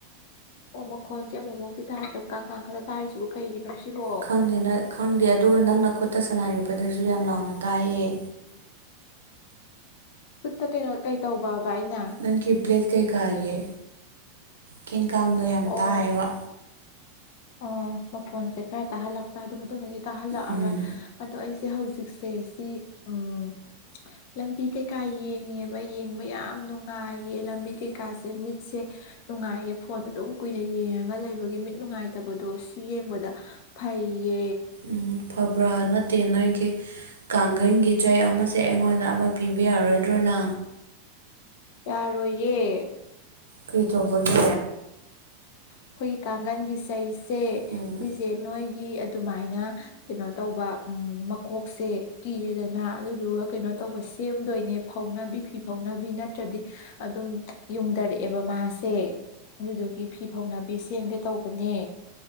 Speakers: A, on the left; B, on the right.
A: ꯑꯣ ꯃꯈꯣꯟꯁꯦ ꯑꯃꯨꯛꯃꯨꯛꯇꯤ ꯊꯥꯔꯁꯤ ꯀꯥꯡ ꯀꯥꯡ ꯈꯛꯇ ꯊꯥꯔꯤꯁꯤꯕ ꯀꯩꯒꯤꯅꯣ ꯁꯤꯕꯣ
B: ꯈꯪꯗꯦ ꯅ ꯈꯪꯗꯦ ꯑꯗꯨꯒ ꯅꯪꯅ ꯈꯨꯠꯇ ꯁꯥꯟꯅꯔꯛꯄꯗꯁꯨ ꯌꯥꯝ ꯂꯥꯎꯅ ꯇꯥꯏꯌꯦ
A: ꯎꯝ ꯈꯨꯠꯇ ꯀꯩꯅꯣ ꯀꯩ ꯇꯧꯕꯕ ꯑꯩꯅ
B: ꯅꯪ ꯀ ꯏꯕ꯭ꯂꯦꯠ ꯀꯩ ꯀꯒꯦ ꯀꯡ ꯀꯪ ꯑꯇ
A: ꯑꯣ
B: ꯍꯥꯏꯕ
A: ꯑꯣ ꯃꯈꯣꯟꯁꯦ ꯈꯔ ꯇꯥꯍꯜꯂꯛꯄ ꯑꯗꯨ ꯃꯇꯨꯡꯗꯒꯤ ꯇꯥꯍꯜꯂꯛꯑꯔꯣꯏ
B: ꯎꯝ
A: ꯑꯗꯣ ꯑꯩꯁꯦ ꯍꯧꯖꯤꯛꯁꯦ ꯁꯤ ꯎꯝ ꯂꯝꯕꯤ ꯀꯩꯀꯥ ꯌꯦꯡꯉꯦꯕ ꯌꯦꯡꯕ ꯌꯥꯝ ꯅꯨꯡꯉꯥꯏꯌꯦ ꯂꯝꯕꯤ ꯀꯩꯀꯥꯁꯦ ꯃꯤꯠꯁꯦ ꯅꯨꯡꯉꯥꯏꯌꯦ ꯐꯣꯟꯗꯣ ꯑꯗꯨꯝ ꯀꯨꯏꯅ ꯌꯦꯡꯉꯒ ꯂꯩꯕꯒꯤ ꯃꯤꯠ ꯅꯨꯡꯉꯥꯏ ꯐꯠꯇꯕꯗꯣ ꯁꯤ ꯌꯦꯡꯕꯗ ꯐꯩꯌꯦ
B: ꯎ ꯐꯕ꯭ꯔꯥ ꯅꯠꯇꯦ ꯅꯣꯏꯒꯤ ꯀꯥꯡꯈꯟꯒꯤ ꯆꯩ ꯑꯃꯁꯦ ꯑꯩꯉꯣꯟꯗ ꯑꯃ ꯄꯤꯕ ꯌꯥꯔꯣꯏꯗ꯭ꯔꯣꯅ
A: ꯌꯥꯔꯣꯏꯌꯦ
B: ꯀꯩ ꯇꯧꯕꯒꯤ
A: ꯑꯩꯈꯣꯏꯒꯤ ꯀꯥꯡꯒꯟꯒꯤ ꯆꯩꯁꯦ
B: ꯎꯝ
A: ꯁꯤꯁꯦ ꯅꯣꯏ ꯒꯤ ꯑꯗꯨꯃꯥꯏꯅ ꯀꯩꯅꯣ ꯇꯧꯕ ꯃꯀꯣꯛꯁꯦ ꯀꯤꯔꯦꯗꯅ ꯑꯗꯨ ꯑꯗꯨꯒ ꯀꯩꯅꯣ ꯇꯧꯕ ꯁꯦꯝꯗꯣꯏꯅꯦ ꯐꯧꯅꯕꯤ ꯐꯤ ꯐꯥꯎꯅꯕꯤ ꯅꯠꯇ꯭ꯔꯗꯤ ꯑꯗꯨꯝ ꯌꯨꯡꯊꯔꯛꯑꯦꯕ ꯃꯥꯁꯦ ꯑꯗꯨꯗꯨꯒꯤ ꯐꯤ ꯐꯧꯅꯕꯤ ꯁꯦꯝꯒꯦ ꯇꯧꯕꯅꯦ